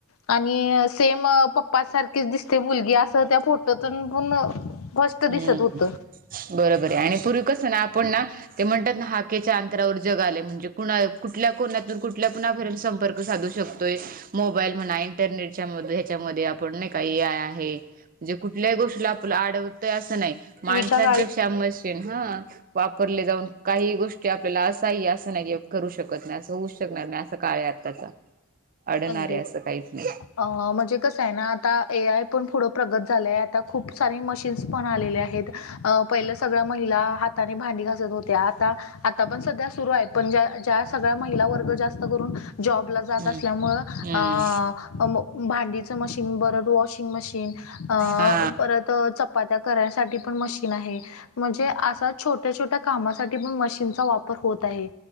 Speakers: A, on the left (about 70°); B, on the right (about 40°).
A: आणि सेम पप्पा सारखीच दिसते मुलगी. अस त्या फोट फोटोतून पूर्ण स्पष्ट
B: हम्म
A: दिसत होत.
B: बरोबर आहे. आणि पूर्वी कस ना आपण ना ते म्हणतात ना. हाकेच्या अंतरावर जग आलेय. म्हणजे कुणा कुठल्या कोनातून कुठल्या कुणाभर संपर्क साधू शकतो. तो मोबाईल म्हणा. इंटरनेटच्या म ह्याच्यामध्ये आपण नाही का ए आय आहे. म्हणजे कुठल्याही गोष्टीला आपला आडवतोय असं नाही.
A: पूर्वीच्या
B: माणसांपेक्षा
A: काळी
B: म ह वापरले जाऊन काही गोष्टी आपल्याला असाही असं नाही करू शकत नाही अस होऊ शकणार नाही. अस काळ आहे आताचा अडणार
A: अगदी
B: आहे असं काहीच नाही.
A: अ म्हणजे कसं आहे ना. आता ए आय पण पुढं प्रगत झालंय. आता खूप सारे मशीन्स पण आलेले आहेत. अ पहिले सगळ्या महिला हाताने भांडी घासत होत्या. आता आता पण सध्या सुरू आहे. पण्या ज्या ज्या सगळ्या महिला वर्ग जास्त करून जॉबला जात
B: हम्म
A: असत असल्यामुळं
B: हम्म
A: अ म भांडीचं मशीन बरं वॉशिंग मशीन अ
B: हा
A: परत चपात्या करायसाठी पण मशीन आहे. म्हणजे असा छोट्या छोट्या कामासाठी पण मशीनचा वापर होत आहे.